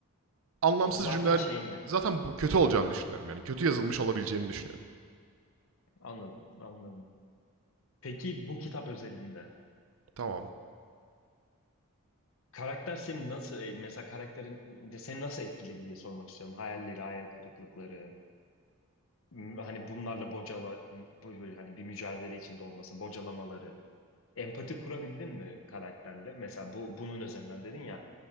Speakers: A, on the right; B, on the left.
A: Anlamsız
B: zaten
A: cümleler
B: şey mi?
A: zaten bu kötü olacağını düşünüyorum yani. Kötü yazılmış olabileceğini düşünüyorum.
B: Anladım, anladım. Peki bu kitap özelinde
A: Tamam.
B: karakter seni nasıl e, mesela karakterin de seni nasıl etkiledi diye sormak istiyorum. Hayalleri, hayal kırıklıkları, m- hani bunlarla bocala m- böyle hani bir mücadele içinde olması, bocalamaları. Empati kurabildin mi karakterle? Mesela bu bunun üzerinden dedin ya